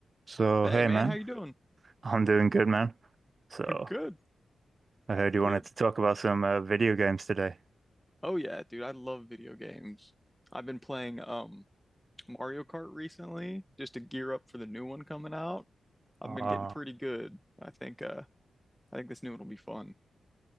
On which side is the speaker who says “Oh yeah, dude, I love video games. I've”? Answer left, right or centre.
Centre